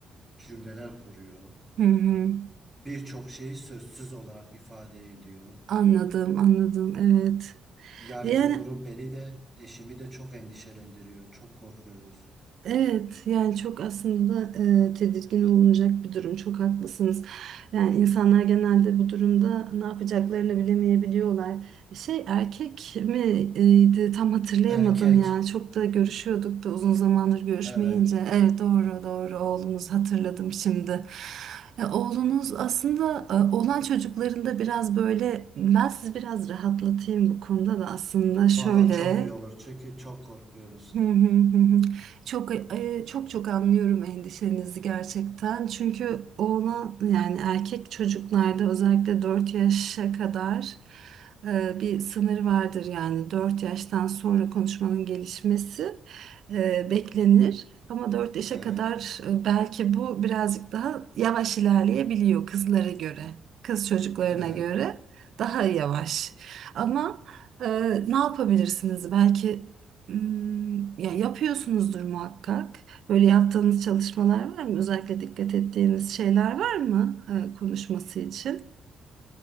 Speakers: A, in the centre; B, on the right.
A: cümleler kuruyor.
B: hı hı.
A: Birçok şeyi sözsüz olarak ifade ediyor.
B: Anladım, anladım. Evet.
A: Yani
B: Yani
A: bu durum beni de eşimi de çok endişelendiriyor. Çok korkuyoruz.
B: Evet yani çok aslında e, tedirgin olunacak bir durum çok haklısınız. Yani insanlar genelde bu durumda ne yapacaklarını bilemeyebiliyorlar. E, Şey erkek miydi tam hatırlayamadım
A: Erkek.
B: ya çok da görüşüyorduk da uzun zamandır görüşmeyince.
A: Evet.
B: Evet doğru doğru oğlunuz hatırladım şimdi. E, Oğlunuz aslında e, olan çocuklarında biraz böyle ben sizi biraz rahatlatayım bu konuda da aslında şöyle.
A: Valla çok iyi olur çünkü çok korkuyoruz.
B: Hı hı hı hı. Çok e, çok çok anlıyorum endişenizi gerçekten. Çünkü ona yani erkek çocuklarda özellikle 4 yaşa kadar e, bir sınır vardır yani 4 yaştan sonra konuşmanın gelişmesi e, beklenir. Ama 4 yaşa
A: Evet.
B: kadar e, belki bu birazcık daha yavaş ilerleyebiliyor kızlara göre, kız çocuklarına
A: Evet.
B: göre daha yavaş. Ama ee, ne yapabilirsiniz? Belki Hmm, ya yapıyorsunuzdur muhakkak. Böyle yaptığınız çalışmalar var mı? Özellikle dikkat ettiğiniz şeyler var mı e, konuşması için?